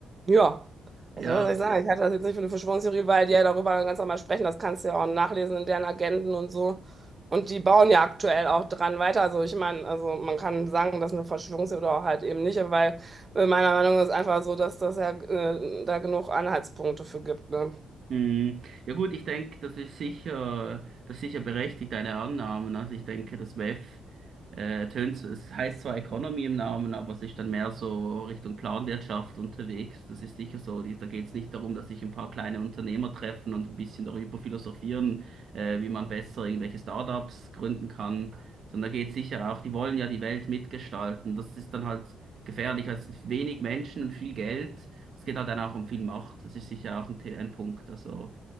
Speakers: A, on the right; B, on the right.
A: ja, also,
B: ja.
A: was soll ich sagen, ich halte das jetzt nicht für eine Verschwörungstheorie, weil die ja darüber ganz normal sprechen, das kannst du ja auch nachlesen in deren Agenden und so. Und die bauen ja aktuell auch dran weiter. Also ich meine, also man kann sagen, das ist eine Verschwörungstheorie oder auch halt eben nicht, weil äh, Meiner Meinung nach ist einfach so, dass das ja äh, da genug Anhaltspunkte für gibt, ne?
B: Hm, Ja gut, ich denke, das ist sicher, das ist sicher berechtigt, deine Annahmen. Also ich denke, das WEF äh, tönt, es heißt zwar Economy im Namen, aber es ist dann mehr so Richtung Planwirtschaft unterwegs. Das ist sicher so. Die- Da geht es nicht darum, dass sich ein paar kleine Unternehmer treffen und ein bisschen darüber philosophieren, äh, wie man besser irgendwelche Startups gründen kann, sondern da geht es sicher auch, die wollen ja die Welt mitgestalten. Das ist dann halt gefährlich, weil es sind wenig Menschen und viel Geld. Es geht halt dann auch um viel Macht. Das ist sicher auch ein, The- ein Punkt. Also